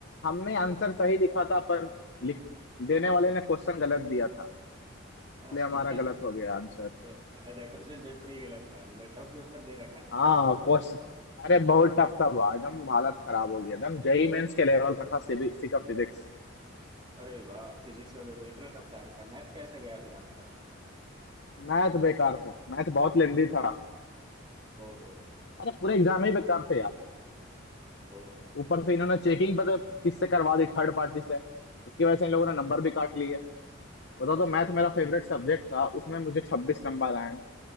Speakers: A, on the left; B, on the right.
A: हमने आंसर सही लिखा था पर लिख देने वाले ने क्वेश्चन गलत दिया था
B: <laughs> तो
A: इसलिए हमारा गलत हो गया आंसर
B: अच्छा क्वेश्चन पेपर ही गलत था मतलब टफ पेपर दे रखा था क्या
A: हाँ
B: आपकी बार
A: क्वेश्चन अरे बहुत टफ था भाई एकदम हालत खराब हो गया एकदम जेई मेंस के लेवल का था सीबीएसई का फिजिक्स
B: अरे वाह फिजिक्स का पेपर इतना टफ डाल का मैथ कैसा गया फिर आपका
A: मैथ बेकार था मैथ बहुत लेंदी था
B: ओहो
A: अरे पूरे एग्जाम ही बेकार थे यार
B: ओहो
A: ऊपर से इन्होंने चेकिंग पता है किससे करवा दी थर्ड पार्टी से उसकी वजह से इन लोगों ने नंबर भी काट लिए बताओ तो
B: ओके
A: मैथ मेरा फेवरेट सब्जेक्ट था उसमें मुझे छब्बीस नंबर आए हैं